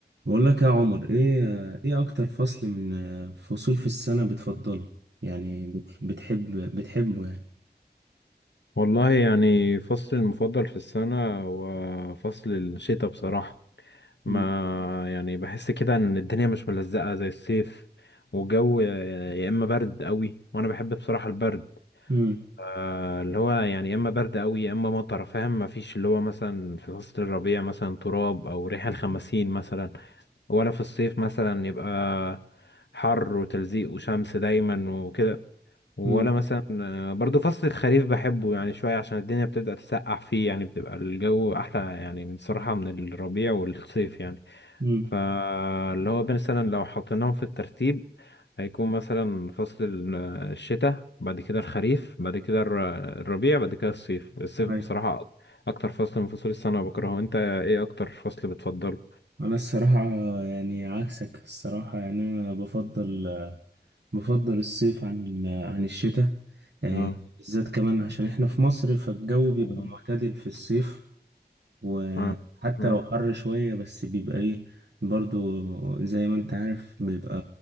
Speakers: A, on the right; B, on the left.
A: بقول لك يا عمر ايه ايه اكتر فصل من فصول في السنة بتفضله يعني بت- بتحب بتحبه يعني
B: والله يعني فصل المفضل في السنة هو فصل الشتاء بصراحة
A: مم.
B: ما يعني بحس كده ان الدنيا مش ملزقة زي الصيف والجو يا اما برد قوي وانا بحب بصراحة البرد
A: مم.
B: آه، اللي هو يعني يا اما برد قوي يا اما مطر فاهم ما فيش اللي هو مثلا في فصل الربيع مثلا تراب او ريحة الخمسين مثلا ولا في الصيف مثلا يبقى حر وتلزيق وشمس دايما وكده ولا
A: مم.
B: مثلا آه، برضو فصل الخريف بحبه يعني شوية عشان الدنيا بتبدأ تسقع فيه يعني بتبقى الجو أحلى يعني من- بصراحة من الربيع والصيف يعني
A: مم.
B: فاللي هو مثلا لو حطيناهم في الترتيب هيكون مثلا فصل ال- آه، الشتاء بعد كده الخريف بعد كده الر- الربيع بعد كده الصيف الصيف
A: ايوه
B: بصراحة أكتر فصل من فصول السنة بكرهه أنت إيه أكتر فصل بتفضله؟
A: انا الصراحة يعني عكسك الصراحة يعني انا بفضل بفضل الصيف عن ال- عن الشتاء يعني
B: اه
A: بالذات كمان عشان احنا في مصر فالجو بيبقى
B: تمام.
A: معتدل في الصيف وحتى
B: اه مم.
A: لو حر شوية بس بيبقى ايه برضو زي ما انت عارف بيبقى